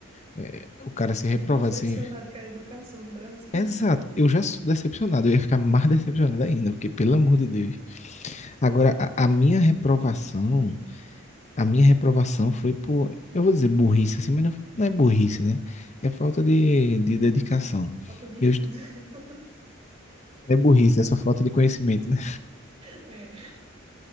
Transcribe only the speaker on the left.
é, o cara ser reprovado
assim...
Exato,
eu já sou decepcionado, eu ia ficar mais decepcionado ainda, porque pelo amor de Deus. Agora, a, a minha reprovação, a minha reprovação foi por, eu vou dizer burrice assim, mas não, não é burrice, né? É falta de, de dedicação.
Eu, est-
é burrice, é só falta de conhecimento. né?